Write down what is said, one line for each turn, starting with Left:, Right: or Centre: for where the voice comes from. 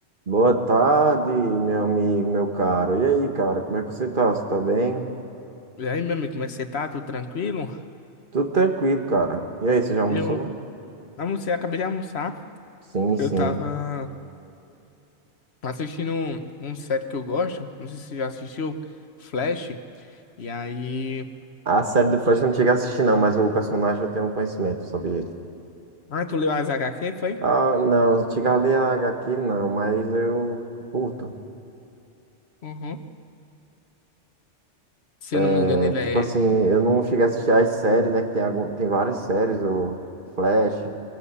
Right: Boa tarde, meu amigo, meu caro. E aí, cara, como é que você tá? Você tá bem?
Left: E aí, meu amigo, como é que você tá? Tudo tranquilo?
Right: Tudo tranquilo, cara. E aí, você já almoçou?
Left: Eu almocei, acabei de almoçar.
Right: Sim, sim.
Left: Eu tava assistindo um, um série que eu gosto. Não sei se você já assistiu, Flash. E aí.
Right: A série do Flash eu não cheguei a assistir, não, mas o personagem eu tenho conhecimento sobre ele.
Left: Ah, tu leu as H HQ, foi?
Right: Ah, não, cheguei a ler a HQ, não, mas eu curto.
Left: Uhum. Se eu
Right: É,
Left: não me engano, ele
Right: tipo
Left: é.
Right: assim, eu não cheguei a assistir as séries, né? Que tem, algum, tem várias séries, o Flash.